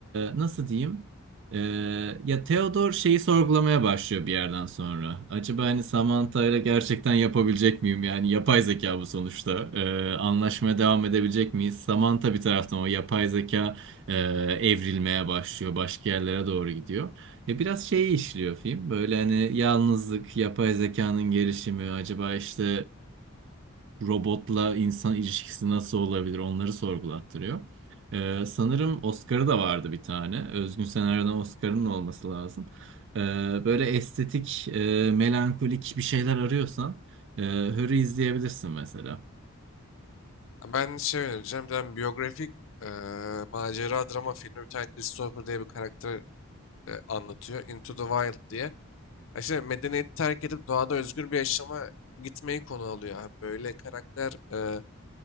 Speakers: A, on the right; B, on the left.
A: nasıl diyeyim? E, ya Theodore şeyi sorgulamaya başlıyor bir yerden sonra. Acaba hani Samantha ile gerçekten yapabilecek miyim? Yani yapay zeka bu sonuçta. E, anlaşmaya devam edebilecek miyiz? Samantha bir taraftan o yapay zeka e, evrilmeye başlıyor. Başka yerlere doğru gidiyor. Ya biraz şeyi işliyor film. Böyle hani yalnızlık, yapay zekanın gelişimi, acaba işte e, robotla insan ilişkisi nasıl olabilir onları sorgulattırıyor. Ee, sanırım Oscar'ı da vardı bir tane. Özgün Senaryo'dan Oscar'ın da olması lazım. Ee, böyle estetik, e, melankolik bir şeyler arıyorsan e, Hör'ü izleyebilirsin mesela.
B: Ben şey önereceğim. Bir tane biyografik eee, macera drama filmi. Bir tane Christopher diye bir karakter e, anlatıyor. Into the Wild diye. Ya işte medeniyeti terk edip doğada özgür bir yaşama gitmeyi konu alıyor. abi. böyle karakter e,